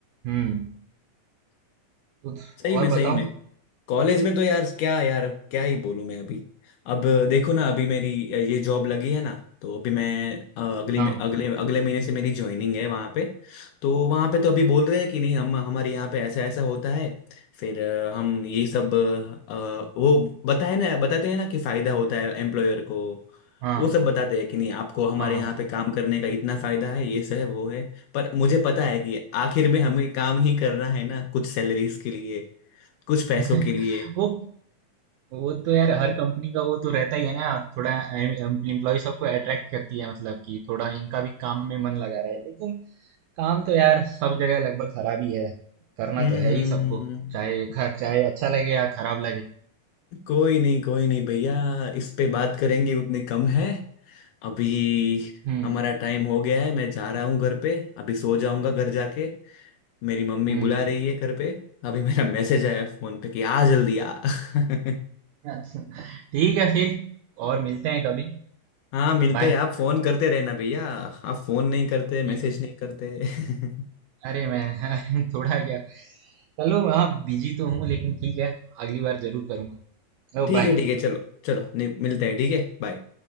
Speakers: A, on the right; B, on the left.
A: हम्म कुछ
B: सही में
A: और
B: सही
A: बताओ
B: में कॉलेज में तो यार क्या यार क्या ही बोलूं मैं अभी अब देखो ना अभी मेरी ये जॉब लगी है ना तो अभी मैं अ, अगली
A: हाँ
B: में अगले अगले महीने से मेरी ज्वाइनिंग है वहाँ पे तो वहाँ पे तो अभी बोल रहे हैं कि नहीं हम हमारे यहाँ पे ऐसा ऐसा होता है फिर अ, हम ये सब अ, वो बताए ना बताते हैं ना कि फायदा होता है एम्प्लॉयर को
A: हाँ
B: वो सब बताते हैं कि नहीं आपको हमारे
A: हाँ हाँ।
B: यहाँ पे काम करने का इतना फायदा है ये सब है वो है पर मुझे पता है कि आखिर में हमें काम ही करना है ना कुछ सैलरीज के लिए कुछ पैसों
A: <laughs>
B: के लिए
A: वो वो तो यार हर कंपनी का वो तो रहता ही है ना थोड़ा एम्प्लॉय सबको अट्रैक्ट करती है मतलब कि थोड़ा इनका भी काम में मन लगा रहा है लेकिन काम तो यार सब जगह लगभग खराब ही है करना
B: हम्म
A: तो है
B: हम्म,
A: ही सबको
B: हम्म।
A: चाहे ख- चाहे अच्छा लगे या खराब लगे
B: कोई नहीं कोई नहीं भैया इस पे बात करेंगे उतनी कम है अभी
A: हम्म
B: हमारा टाइम हो गया है मैं जा रहा हूँ घर पे अभी सो जाऊंगा घर जाके मेरी मम्मी
A: हम्म
B: बुला रही है घर पे अभी मेरा <laughs> मैसेज आया फोन पे कि आ जल्दी आ <laughs>
A: अच्छा ठीक है फिर और मिलते हैं कभी
B: हाँ मिलते
A: बाय
B: हैं आप फोन करते रहना भैया आप फोन नहीं करते मैसेज
A: ठीक है
B: नहीं करते <laughs>
A: अरे मैं <laughs> थोड़ा क्या चलो हाँ बिजी तो हूँ लेकिन ठीक है अगली बार जरूर करूंगा ओ
B: ठीक
A: बाय
B: है ठीक है चलो चलो नहीं मिलते हैं ठीक है बाय